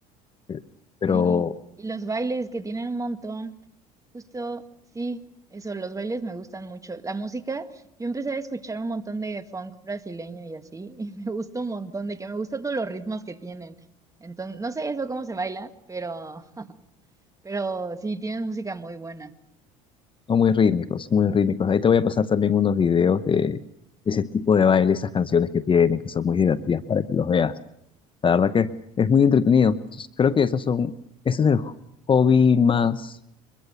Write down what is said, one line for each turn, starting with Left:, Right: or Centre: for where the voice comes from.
Left: Eh, Pero
Right: Sí, y los bailes que tienen un montón. Justo, sí, eso, los bailes me gustan mucho. La música, yo empecé a escuchar un montón de funk brasileño y así, <laughs> y me gusta un montón, de que me gustan todos los ritmos que tienen. Entonces, no sé eso cómo se baila, pero, <laughs> pero sí, tienen música muy buena.
Left: son muy rítmicos, muy rítmicos. Ahí te voy a pasar también unos videos de ese tipo de baile, esas canciones que tienen, que son muy divertidas para que los veas. La verdad que es muy entretenido. Entonces, creo que esos son, ese es el hobby más,